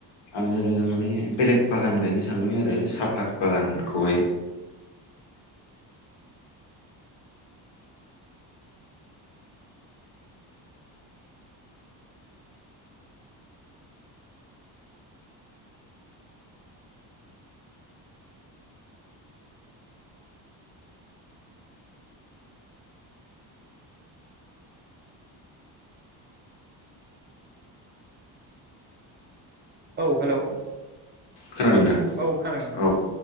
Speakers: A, on the left; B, on the right.
A: आङो माने बेलेग बागान गायनो सानोमोन आरो साफात बागानखौहाय
B: औ हेलौ
A: खोनादों दा
B: औ खोनादों नोंथां
A: औ